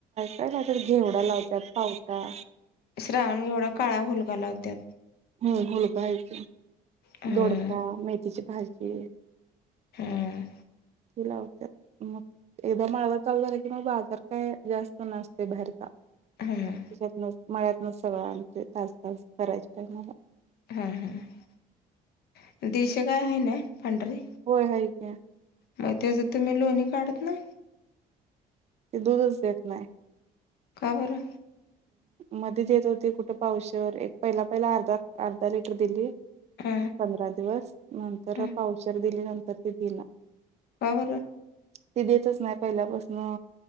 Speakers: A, on the right; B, on the left.
A: कायला तर घेवडा लावतात पावता
B: श्रावण एवढा काळा फुलगलावत्या
A: हम्म हुळपायची
B: हम्म
A: दोडपा मेथीची भाजी
B: हम्म
A: लावत मग एकदा माळवा चालू झाला कि मग बाजार काय जास्त नसते बाहेरचा त्याच्यात
B: हम्म
A: मळ्यात न सगळं आमचे तास तास करायचे टामाला.
B: हा हा देश गाय आहे ना. पांढरी
A: होय हाय की
B: मग त्याच तुम्ही लोणी काढत ना.
A: ते दूधच देत नाही.
B: काबर
A: मध्येच येत होती कुठे पावशवर एक पहिला पहिला अर्धा अर्धा लिटर दिली.
B: हा
A: पंधरा दिवस नंतर
B: हा
A: पावचर दिल्यानंतर ते दिन.
B: कर.
A: ते देतच नाही पहिल्यापासून